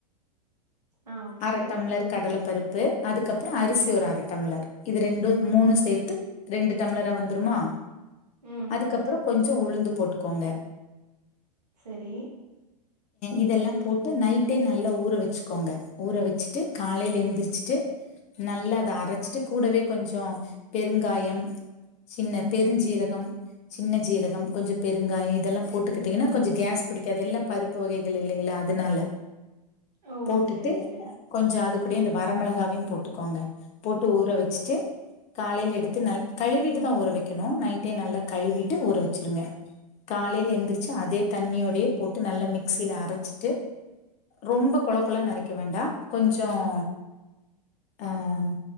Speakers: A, on the right; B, on the left.
A: ஆ ஓகே
B: அரைடம்ளர் கடலைப்பருப்பு ப்பு அதுக்கப்புறம் அரிசி ஒரு அரை டம்ளர் இது ரெண்டும் மூணு சேர்த்து ரெண்டு டம்ளரா வந்துருமா
A: ம்
B: அதுக்கப்புறம் கொஞ்சம் ஞ்சம்உளுந்து போட்டுக்கோங்க
A: சரி
B: இதெல்லாம் போட்டு நைட்டே நல்லா ஊற வச்சுக்கோங்க ஊற வச்சுட்டு காலையில எழுந்திரிச்சுட்டு நல்லா அதை அரைச்சிட்டு கூடவே கொஞ்சம் பெருங்காயம் சின்ன பெருஞ்சீரகம் சின்ன ஜீரகம் கொஞ்சம் பெருங்காயம் இதெல்லாம் போட்டுக்கிட்டீங்கன்னா கொஞ்சம் கேஸ் பிடிக்கது எல்லாம் பருப்பு வகைகள் இல்லைங்களா அதனால
A: ஓ
B: போட்டுட்டு
A: செரி செரி
B: கொஞ்சம் அது கூடிய இந்த வரமிளகாவையும் போட்டுக்கோங்க போட்டு ஊற வச்சுட்டு காலையையில் எடுத்து ந கழுவிட்டுதான் ஊற வைக்கணும் நைட்டே நல்லா கழுவிட்டு ஊற வச்சிருங்க காலையையில் எழுந்திரிச்சு அதே தண்ணியோடே போட்டு நல்ல மிக்சியில அரைச்சிட்டு ரொம்ப குழ குழ நரைக்க வேண்டாம் கொஞ்சம் அஹ்